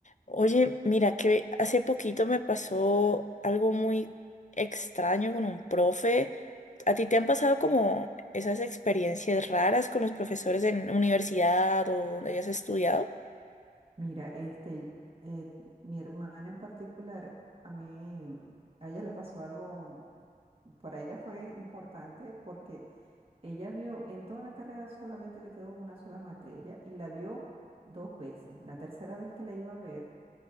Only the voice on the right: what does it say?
Mira, este, eh, mi hermana en particular, a mí, a ella le pasó algo, para ella fue importante porque ella vio, en toda la carrera solamente le quedó una sola materia y la vio dos veces. La tercera vez que la iba a ver,